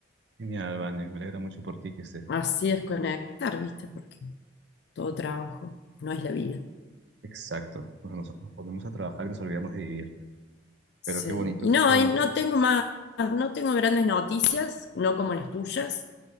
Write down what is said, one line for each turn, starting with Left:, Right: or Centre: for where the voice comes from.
Right: Genial, Vane. Me alegra mucho por ti que estés.
Left: Así es conectar, ¿viste? Porque todo trabajo no es la vida.
Right: Exacto. Nos, nos- nos ponemos a trabajar y nos olvidamos de vivir.
Left: Sí.
Right: Pero qué bonito,
Left: Y no,
Right: qué bueno.
Left: y no tengo más, no tengo grandes noticias, no como las tuyas.